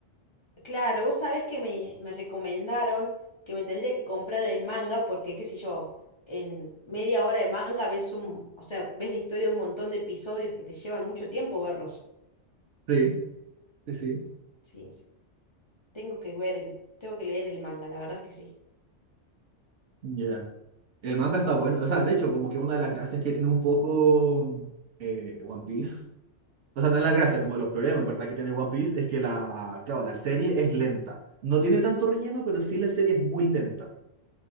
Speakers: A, on the left; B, on the right.
A: claro, vos sabés que me, me recomendaron que me tendría que comprar el manga porque, qué sé yo, en media hora de manga ves un, o sea, ves la historia de un montón de episodios que te llevan mucho tiempo verlos.
B: Sí, sí, sí.
A: Sí, sí, tengo que ver el, tengo que leer el manga, la verdad es que sí.
B: Ya. El manga está bueno, o sea, de hecho, como que una de las gracias que tiene un poco eh, One Piece O sea, no es la gracia, como de los problemas, ¿verdad? Que tiene One Piece es que la, claro, la serie es lenta. No tiene tanto relleno, pero sí la serie es muy lenta.